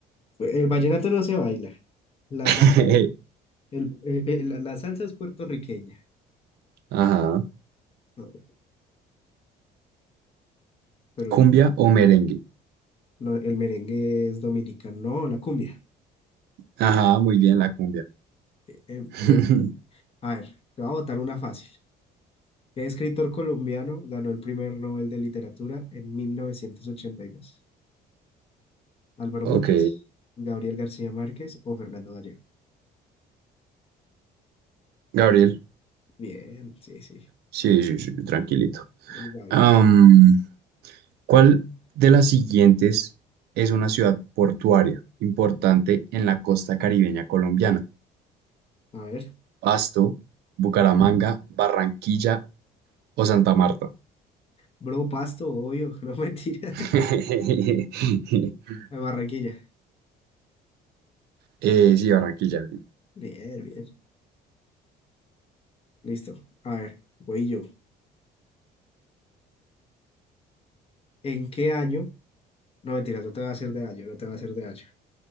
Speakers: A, on the left; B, on the right.
A: el vallenato no se baila. La
B: <laughs>
A: salsa, el, eh, eh, la, la salsa es puertorriqueña,
B: Ajá.
A: no, pero la-
B: ¿Cumbia o merengue?
A: no, el merengue es dominicano, no, la cumbia.
B: Ajá, muy bien,
A: No,
B: la cumbia.
A: bien, bien.
B: <laughs>
A: A ver, te voy a botar una fácil. ¿Qué escritor colombiano ganó el primer Nobel de Literatura en 1982? ¿Álvaro
B: Ok,
A: Mutis, Gabriel García Márquez o Fernando Vallejo?
B: Gabriel.
A: Bien, sí, sí.
B: Sí, sí, sí, tranquilito.
A: El Gaby.
B: Am, ¿cuál de las siguientes es una ciudad portuaria importante en la costa caribeña colombiana?
A: A ver.
B: Pasto, Bucaramanga, Barranquilla o Santa Marta.
A: Bro, Pasto, obvio, <laughs> no mentira.
B: <laughs>
A: De Barranquilla.
B: Eh, sí, Barranquilla, bien.
A: Bien, bien. Listo. A ver, voy yo. ¿En qué año? No mentiras, no te va a hacer de año, no te va a hacer de año.